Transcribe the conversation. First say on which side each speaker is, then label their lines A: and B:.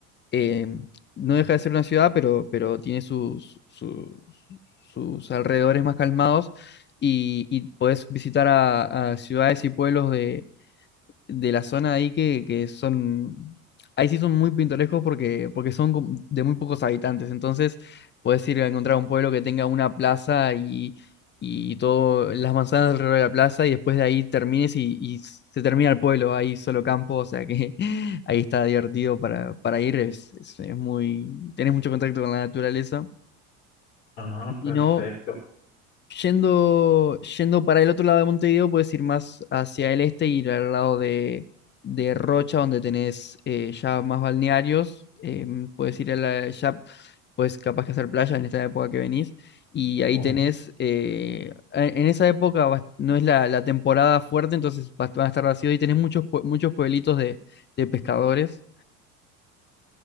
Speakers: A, on the left; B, on the left.
A: eh, no deja de ser una ciudad, pero, pero tiene sus, sus alrededores más calmados y, y podés visitar a, a ciudades y pueblos de, de la zona ahí que, que son, ahí sí son muy pintorescos porque, porque son como de muy pocos habitantes, entonces podés ir a encontrar un pueblo que tenga una plaza y, y todo, las manzanas alrededor de la plaza y después de ahí termines y, y se termina el pueblo, ahí solo campo, o sea que <laughs> ahí está divertido para, para ir, es, es, es muy, tenés mucho contacto con la naturaleza.
B: ah, perfecto.
A: Y no, Yendo, yendo para el otro lado de Montevideo, puedes ir más hacia el este y ir al lado de, de Rocha, donde tenés eh, ya más balnearios. em, puedes ir a la, ya, pues capaz que hacer playa en esta época que venís. Y ahí
B: Ujú.
A: tenés, eh, en en esa época va- no es la, la temporada fuerte, entonces va- van a estar vacíos y tenés muchos, pue- muchos pueblitos de, de pescadores